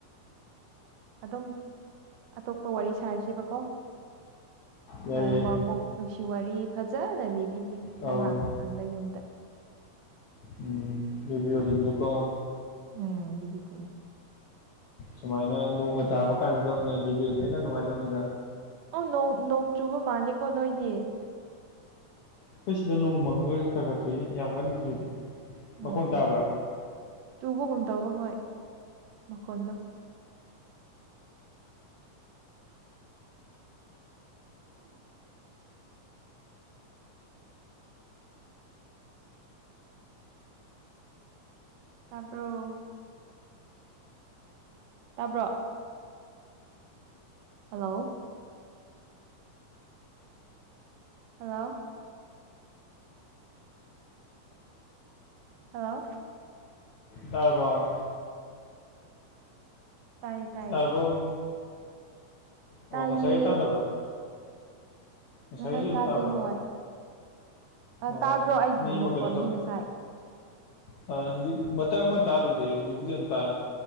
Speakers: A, on the right (about 80°); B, on the left (about 70°).
A: ꯑꯗꯨꯝ ꯑꯇꯣꯞꯄ ꯋꯥꯔꯤ ꯁꯥꯔꯁꯤꯕꯀꯣ
B: ꯌꯥꯏ
A: ꯅꯣꯡꯃ
B: ꯌꯥꯏ
A: ꯃꯨꯛ ꯅꯨꯡꯁꯤ ꯋꯥꯔꯤ ꯐꯖꯅ ꯂꯤꯕꯤꯒꯦ ꯅꯪ
B: ꯑꯧ
A: ꯂꯥꯛꯄ ꯀꯥꯟꯗ ꯌꯨꯝꯗ
B: ꯎꯝ ꯂꯤꯕꯤꯌꯣ ꯂꯤꯕꯤꯌꯣꯀꯣ
A: ꯎꯝ ꯂꯤꯕꯤꯗꯣꯏꯅꯦ
B: ꯁꯨꯃꯥꯏꯅ ꯅꯣꯡꯒ ꯇꯥꯕ ꯀꯥꯟꯁꯤꯗ ꯑꯣꯏꯅ ꯂꯤꯕꯤꯔꯗꯤ ꯍꯦꯟꯅ ꯅꯨꯡꯉꯥꯏꯗꯧꯅꯤꯗ
A: ꯑꯣ ꯅꯣꯡ ꯅꯣꯡ ꯆꯨꯕ ꯃꯥꯅꯤꯀꯣ ꯅꯣꯏꯗꯤ
B: ꯈꯣꯏ ꯁꯤꯗ ꯅꯣꯡ ꯃꯪꯉꯒ ꯈꯔ ꯈꯔ ꯆꯨꯏꯌꯦ ꯌꯥꯝ ꯀꯟꯗꯤ ꯆꯨꯗꯦ
A: ꯎꯝ
B: ꯃꯈꯣꯟ ꯇꯥꯕ꯭ꯔꯥ
A: ꯆꯨꯕꯒꯨꯝ ꯇꯧꯕ ꯍꯣꯏ ꯃꯈꯣꯟꯗꯣ ꯇꯥꯕ꯭ꯔꯣ ꯇꯥꯕ꯭ꯔꯣ ꯍꯜꯂꯣ ꯍꯜꯂꯣ ꯍꯦꯜꯂꯣ
B: ꯇꯥꯔ꯭ꯕꯣ
A: ꯇꯥꯏꯌꯦ ꯇꯥꯏꯌꯦ
B: ꯇꯥꯔꯕꯣ
A: ꯇꯥꯏꯌꯦ
B: ꯑꯣ ꯉꯁꯥꯏꯒꯤ ꯇꯥꯗꯕ꯭ꯔ ꯉꯁꯥꯏꯒꯤꯁꯨ
A: ꯉꯁꯥꯏ
B: ꯑꯗꯨꯝ
A: ꯇꯥꯗꯦ
B: ꯇꯥꯕ꯭ꯔ
A: ꯍꯣꯏ
B: ꯑꯣ
A: ꯇꯥꯕ꯭ꯔꯣ ꯑꯩꯒꯤ
B: ꯃꯤ ꯑꯃ
A: ꯃꯈꯣꯟꯗꯤ
B: ꯀꯩꯅꯣ ꯇꯧ
A: ꯉꯁꯥꯏ
B: ꯍꯧꯖꯤꯛ ꯃꯊꯛ ꯑꯃ ꯇꯥꯔꯨꯗꯦ ꯍꯧꯖꯤꯛꯄꯨꯗꯤ ꯑꯗꯨꯝ ꯇꯥꯔꯦ